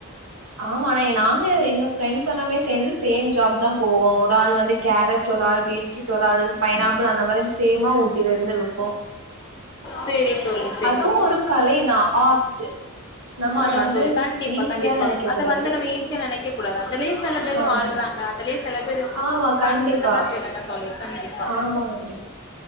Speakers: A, on the right; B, on the left.
A: ஆமானா நாங்க எங்க ஃப்ரெண்ட்ஸ் எல்லாமே சேர்ந்து சேம் ஜாப் தா போவோ ஒரு ஆள் வந்து கேரட் ஒரு ஆள் பீட் ரூட் ஒரு ஆள் பைனாப்பிள் அந்த மாரி சேமா ஊட்டில இருந்து விப்போ
B: சேரி தோழி சேரி
A: அதுவு
B: சேரி
A: ஒரு கலைதா ஆர்ட் நம்ம அத
B: ம்மா
A: வந்து
B: தோழி கண்டிப்பா
A: ஈஸியா
B: கண்டிப்பா
A: நெனைக்க
B: அதை
A: கூடாது
B: வந்து நம்ம ஈஸியா நினைக்க கூடாது அதிலேயு சில பேர்
A: ஆமா
B: வாழ்றாங்க அதுலயே சில பேரு
A: ஆமா கண்டிப்பா
B: வளந்துருக்கதா செய்றாங்க தோழி கண்டிப்பா
A: ஆமா கண்டிப்பா